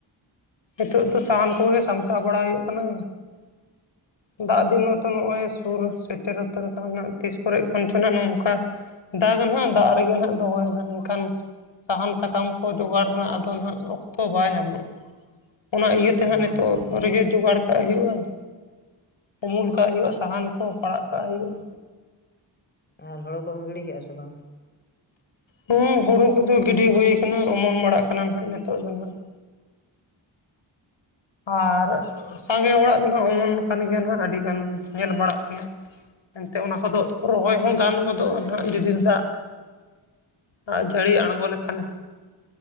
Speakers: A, on the left (about 75°); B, on the left (about 20°).
A: ᱱᱤᱛᱚᱜ
B: ᱟᱪᱪᱷᱟ
A: ᱫᱚ ᱥᱟᱦᱟᱱ ᱠᱚᱜᱮ ᱥᱟᱢᱴᱟᱣ ᱵᱟᱲᱟ ᱦᱩᱭᱩᱜ ᱠᱟᱱᱟ।
B: <inaudible>
A: ᱫᱟᱜ ᱫᱤᱱ ᱦᱚᱸᱛᱚ ᱱᱚᱜᱼᱚᱭ ᱥᱩᱨ ᱥᱮᱴᱮᱨ ᱩᱛᱟᱹᱨ ᱟᱠᱟᱱᱟ ᱱᱷᱟᱜ, ᱛᱤᱥ ᱠᱚᱨᱮ ᱠᱷᱚᱱ ᱪᱚ ᱱᱷᱟᱜ ᱱᱚᱝᱠᱟ ᱫᱟᱜ ᱟᱱᱷᱟᱜ ᱫᱟᱜ ᱨᱮᱜᱮ ᱱᱷᱟᱜ ᱫᱚᱦᱚᱭᱟ ᱱᱷᱟᱜ ᱮᱱᱠᱷᱟᱱ ᱥᱟᱦᱟᱱ ᱥᱟᱠᱟᱢ ᱠᱚ ᱡᱚᱜᱟᱲ ᱨᱮᱱᱟᱜ ᱟᱫᱚ ᱱᱷᱟᱜ ᱚᱠᱛᱚ ᱵᱟᱭ ᱧᱟᱢᱚᱜᱼᱟ। ᱚᱱᱟ ᱤᱭᱟᱹ ᱛᱮ
B: ᱦᱩᱸ
A: ᱦᱟᱸᱜ ᱱᱤᱛᱚᱜ ᱨᱮᱜᱮ ᱡᱚᱜᱟᱲ ᱠᱟᱜ ᱦᱩᱭᱩᱜᱼᱟ ᱩᱢᱩᱞ ᱠᱟᱜ ᱦᱩᱭᱩᱜᱼᱟ ᱥᱟᱦᱟᱱ ᱠᱚ ᱯᱟᱲᱟᱜ ᱠᱟᱜ ᱦᱩᱭᱩᱜᱼᱟ ᱾
B: ᱟᱨ ᱦᱳᱲᱳ ᱠᱚᱢ ᱜᱤᱲᱤ ᱠᱮᱜᱼᱟ ᱥᱮ ᱵᱟᱝ?
A: ᱦᱩᱸ ᱦᱳᱲᱳ ᱠᱚᱫᱚ ᱜᱤᱰᱤ ᱦᱩᱭ ᱟᱠᱟᱱᱟ ᱚᱢᱚᱱ ᱵᱟᱲᱟᱜ ᱠᱟᱱᱟ ᱱᱷᱟᱜ ᱱᱤᱛᱚᱜ ᱫᱚ ᱱᱷᱟᱜ ᱾
B: ᱛᱟᱦᱚᱞᱮ
A: ᱟᱨ ᱥᱟᱸᱜᱮ ᱦᱚᱲᱟᱜ ᱫᱚ ᱱᱷᱟᱜ ᱚᱢᱚᱱ ᱟᱠᱟᱱ ᱜᱮᱭᱟ ᱱᱷᱟᱜ ᱟᱹᱰᱤᱜᱟᱱ ᱧᱮᱞ ᱵᱟᱲᱟᱜ ᱠᱟᱱᱟ ᱾ ᱮᱱᱛᱮ ᱚᱱᱟ ᱠᱚᱫᱚ ᱨᱚᱦᱚᱭ ᱦᱚᱸ ᱜᱟᱱ ᱜᱚᱫᱚᱜᱼᱟ ᱱᱷᱟᱜ ᱡᱩᱫᱤ ᱫᱟᱜ ᱫᱟᱜ ᱡᱟᱹᱲᱤ ᱟᱬᱜᱚ ᱞᱮᱠᱷᱟᱱᱮ